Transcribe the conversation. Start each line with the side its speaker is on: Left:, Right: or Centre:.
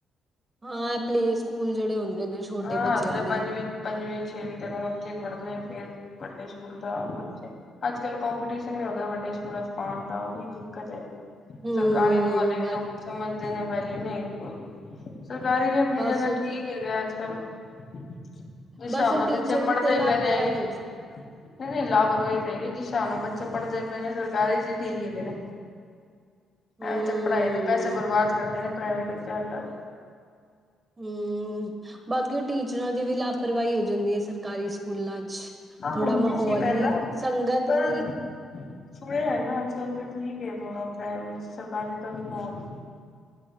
Right: ਹਾਂ ਪਲੇ ਸਕੂਲ ਜਿਹੜੇ ਹੁੰਦੇ ਨੇ ਛੋਟੇ
Left: ਹਾਂ
Right: ਬੱਚਿਆਂ
Left: ਹਲੇ ਤੇ
Right: ਦੇ
Left: ਪੰਜਵੀ ਪੰਜਵੀਂ ਛੇਵੀਂ ਤੱਕ ਨਾ ਉੱਥੇ ਪੜ੍ਹਨਾ ਫੇਰ ਵੱਡੇ ਸਕੂਲ ਦਾ ਬੱਚੇ ਅੱਜ ਕੱਲ ਕੋਪੀਟੀਸ਼ਨ ਵੀ ਹੋ ਗਿਆ ਵੱਡੇ ਸਕੂਲਾਂ ਚ ਪਾਉਣ ਦਾ ਉਹ ਹੀ ਦਿੱਕਤ ਹੈ।
Right: ਹੂੰ
Left: ਸਰਕਾਰੀ ਨੂੰ ਹਾਲੇ
Right: ਬਸ
Left: ਵੀ ਲੋਕੀ ਸਮਝਦੇ ਨੇ ਵੈਲੂ ਨਹੀਂ ਹੈਗੀ ਕੋਈ, ਸਰਕਾਰੀ ਵੀ ਆਪਣੀ
Right: ਬਸ
Left: ਜਗ੍ਹਾ ਠੀਕ ਹੈਗਾ ਅੱਜ ਕੱਲ, ਜਿਸ ਹਿਸਾਬ
Right: ਬਸ ਉਹ
Left: ਨਾਲ
Right: ਟੀਚਰ
Left: ਬੱਚੇ
Right: ਵੀ
Left: ਪੜ੍ਹਦੇ
Right: ਤੇ ਲਾਪਰਵਾਹੀ
Left: ਪਏ ਨੇ ਨਹੀਂ
Right: ਹੋ
Left: ਨਹੀਂ ਲਾਪਰਵਾਹੀ ਨਹੀ ਹੈਗੀ, ਜਿਸ ਹਿਸਾਬ ਨਾਲ ਬੱਚੇ ਪੜ੍ਹਦੇ ਪਏ ਨੇ ਸਰਕਾਰੀ ਚ ਹੀ ਠੀਕ ਹੈ ਨਾ
Right: ਹੂੰ
Left: ਐ ਤੇ ਪੜਾਈਆਂ ਦੇ ਪੈਸੇ ਬਰਬਾਦ ਕਰਦੇ ਨੇ ਪ੍ਰਾਈਵੇਟ ਵਿੱਚ ਆ ਜਾਣ
Right: ਹਮ, ਬਾਕੀ ਉਹ ਟੀਚਰਾਂ ਦੀ ਵੀ ਲਾਪਰਵਾਹੀ ਹੋ ਜਾਂਦੀ ਹੈ ਸਰਕਾਰੀ ਸਕੂਲ ਸਕੂਲਾਂ 'ਚ
Left: ਹਾਂ
Right: ਥੋੜਾ
Left: ਹੁੰਦੀ
Right: ਮਾਹੌਲ
Left: ਸੀ ਪਹਿਲਾਂ
Right: ਵੀ, ਸੰਗਤ
Left: ਪਰ
Right: ਵੀ
Left: ਸੁਣਿਆ ਮੈਂ ਅੱਜ ਕੱਲ ਤਾਂ ਠੀਕ ਹੈ ਥੋੜਾ ਪ੍ਰਾਈਵੇਟ, ਸਰਕਾਰੀ ਦਾ ਮਾਹੌਲ